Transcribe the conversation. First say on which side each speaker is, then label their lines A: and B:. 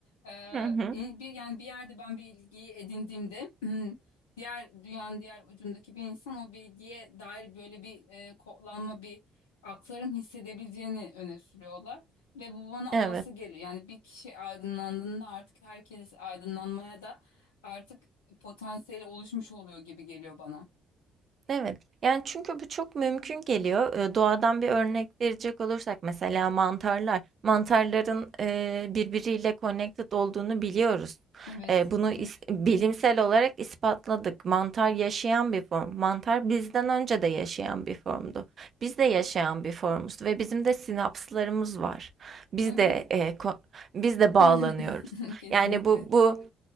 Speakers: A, on the left; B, on the right.
A: e,
B: hı hı,
A: bir yani bir yerde ben bir bilgiyi edindiğimde <clears throat> diğer dünyanın diğer ucundaki bir insan o bilgiye dair böyle bir e, kodlanma bir akların hissedebileceğini öne sürüyorlar ve bu bana
B: evet.
A: olası geliyor. Yani bir kişi aydınlandığında artık herkes aydınlanmaya da artık potansiyeli oluşmuş oluyor gibi geliyor bana.
B: Evet. Yani, çünkü bu çok mümkün geliyor. Eee, doğadan bir örnek verecek olursak mesela mantarlar. Mantarların, eee, birbiriyle connected olduğunu biliyoruz.
A: Evet,
B: Eee, bunu
A: evet,
B: is bilimsel olarak ispatladık. Mantar yaşayan bir form. Mantar bizden önce de yaşayan bir formdu. Biz de yaşayan bir formuz ve bizim de sinapslarımız var. Biz
A: evet.
B: de, eee, ko biz de bağlanıyoruz.
A: <laughs> Kesinlikle.
B: Yani, bu bu